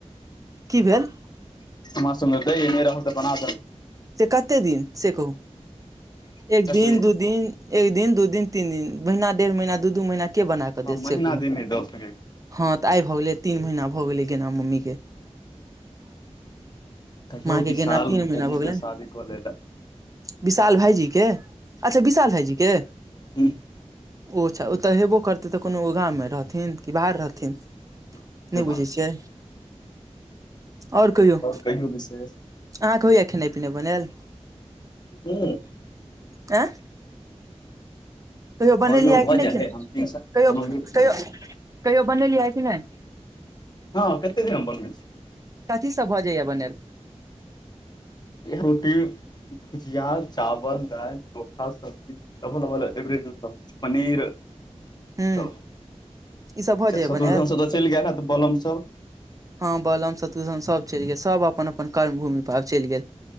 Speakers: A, on the right (about 30°); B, on the left (about 35°).
A: की भेल
B: माँ सभ नहि रहल तऽ बना
A: से कते दिनसे कहू एक
B: कथी
A: दिन दू दिन? एक दिन दू दिन तीन दिन महीना डेढ़ महीना दू दू महीनाके बना कऽ
B: हँ
A: देतसे
B: महिना
A: कहू?
B: दिन नहि दऽ सकै
A: हँ, तऽ आइ भऽ गेलै तीन महीना भऽ गेलै गना मम्मीके।
B: कहियो
A: माँ के
B: विशाल
A: गेना तीन
B: भाइजेके
A: महीना भऽ गेलनि
B: शादित होलै लए
A: विशाल भाईजीके अच्छा, विशाल भाईजीके?
B: हूँ
A: ओ छ ओ तऽ हेबो करतै तऽ कोनो ओ गाममे रहथिन की बाहर रहथिन
B: हँ से
A: नहि
B: बात
A: बुझै <inaudible>
B: छै
A: छियै आओर कहियौ
B: कहियौ विशेष
A: आहक होइय खेनै पीनै बनैल
B: ह
A: आँ <unintelligible> कहियो बनेलियैँ
B: हँ यौ
A: कि
B: भऽ
A: नहि
B: जाइ
A: कि
B: हय
A: नहि
B: हम तीन सा
A: कहियो
B: बनौलियै खाना
A: कहियो कहियो बनेलिय है की नहि
B: हँ कतेक दिन बनबे छि
A: कथी सब भ जाइया बनेल
B: इह रोटी <unintelligible> भुजिया चावल दालि चोखा सब्जी पनीर
A: हूँ
B: त
A: ई सब भऽ जाइया
B: शत्रुधन
A: बनायल
B: सब तऽ चलि गेल त बलम सब <unintelligible>
A: हँ बलम सतुशन सब चलि गेल सब अपन अपन कर्म भूमि पर आब चलि गेल